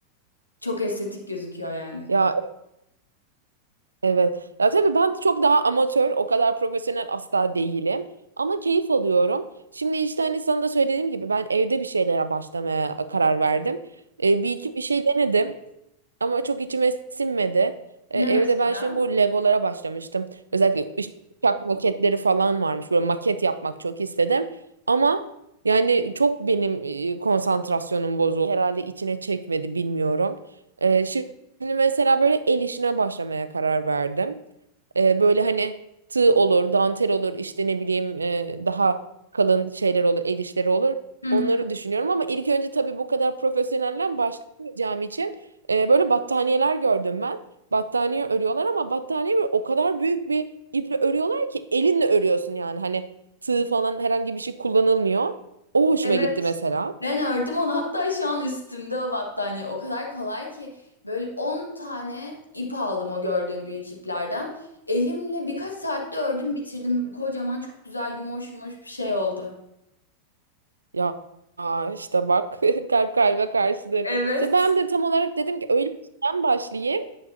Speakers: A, on the left; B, on the right.
A: Çok estetik gözüküyor yani.
B: Ya evet. Ya tabii ben çok daha amatör, o kadar profesyonel asla değilim. Ama keyif alıyorum. Şimdi işte hani sana da söylediğim gibi ben evde bir şeylere başlamaya karar verdim. Ee, bir iki bir şey denedim. Ama çok içime sinmedi. E,
A: Ne
B: evde
A: mesela?
B: ben şimdi bu Legolara başlamıştım. Özellikle iş- uçak maketleri falan varmış. Böyle maket yapmak çok istedim. Ama yani çok benim e, konsantrasyonum bozuldu. Herhalde içine çekmedi bilmiyorum. E, şimdi mesela böyle el işine başlamaya karar verdim. E, böyle hani tığ olur, dantel olur, işte ne bileyim e, daha kalın şeyler olur, el işleri olur.
A: Hı hı.
B: Onları düşünüyorum ama ilk önce tabii bu kadar profesyonelden başlamayacağım için e, böyle battaniyeler gördüm ben. Battaniye örüyorlar ama battaniye böyle o kadar büyük bir iple örüyorlar ki elinle örüyorsun yani. Hani tığ falan herhangi bir şey kullanılmıyor. O hoşuma
A: Evet.
B: gitti mesela.
A: Ben ördüm onu. Hatta şu an üstümde o battaniye. O kadar kolay ki böyle 10 tane ip aldım o gördüğüm büyük iplerden. Elimle birkaç saatte ördüm, bitirdim. Kocaman çok güzel yumuş yumuş bir şey oldu.
B: Ya aa, işte bak <laughs> kalp kalbe karşıdır.
A: Evet.
B: İşte ben de tam olarak dedim ki öyle işten başlayayım.